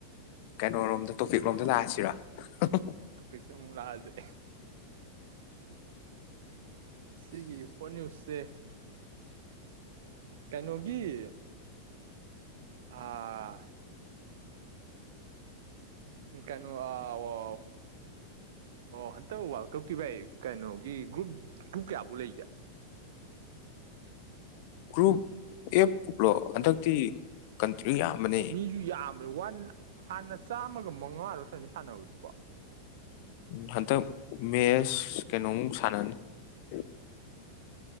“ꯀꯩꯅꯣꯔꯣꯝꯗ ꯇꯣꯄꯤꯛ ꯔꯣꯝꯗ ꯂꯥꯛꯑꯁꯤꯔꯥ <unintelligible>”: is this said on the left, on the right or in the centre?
Left